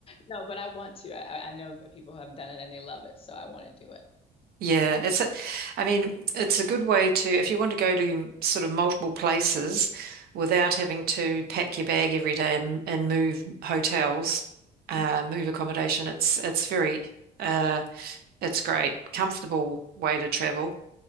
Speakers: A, on the left; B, on the right.
A: no, but I want to. I, I know that people have done it and they love it, so I want to do it.
B: Yeah, it's a, I mean, it's a good way to, if you want to go to sort of multiple places without having to pack your bag every day and and move hotels, uh,
A: Mhm.
B: move accommodation, it's it's very uh it's great, comfortable way to travel.